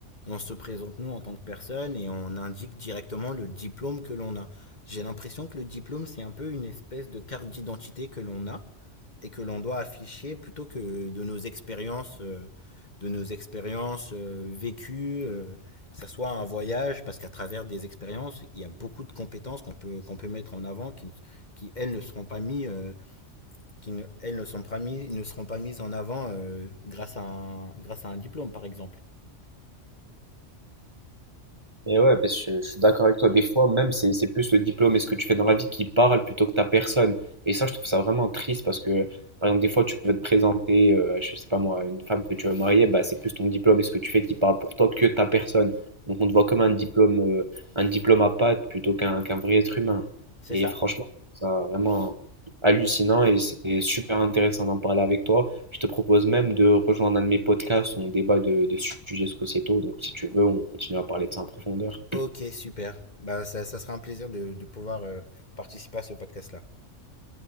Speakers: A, on the left; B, on the right.
A: on se présente nous en tant que personne et on indique directement le diplôme que l'on a. J'ai l'impression que le diplôme, c'est un peu une espèce de carte d'identité que l'on a et que l'on doit afficher plutôt que de nos expériences, euh, de nos expériences euh, vécues, euh, que ça soit un voyage, parce qu'à travers des expériences, il y a beaucoup de compétences qu'on peut, qu'on peut mettre en avant, qui, qui elles ne seront pas mises, euh, qui ne, elles ne sont pas mises, ne seront pas mises en avant euh, grâce à un, grâce à un diplôme, par exemple.
B: Et ouais, parce que je suis d'accord avec toi. Des fois, même, c'est c'est plus le diplôme et ce que tu fais dans la vie qui parle plutôt que ta personne. Et ça, je trouve ça vraiment triste parce que, par exemple, des fois, tu veux te présenter, euh, je sais pas moi, une femme que tu veux marier, bah, c'est plus ton diplôme et ce que tu fais qui parle pour toi que ta personne. Donc, on te voit comme un diplôme, euh, un diplôme à pattes plutôt qu'un qu'un vrai être humain.
A: C'est
B: Et
A: ça.
B: franchement, je trouve ça vraiment hallucinant et c'est super intéressant d'en parler avec toi. Je te propose même de rejoindre un de mes podcasts où on débat de, de sujets sociétaux. Donc, si tu veux, on continue à parler de ça en profondeur.
A: Ok, super. Bah, ça, ça sera un plaisir de, de pouvoir euh, participer à ce podcast-là.